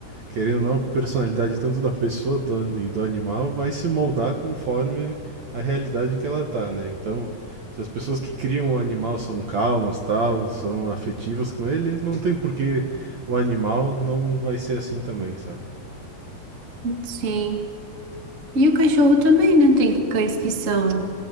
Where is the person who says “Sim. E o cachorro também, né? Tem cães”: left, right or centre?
Right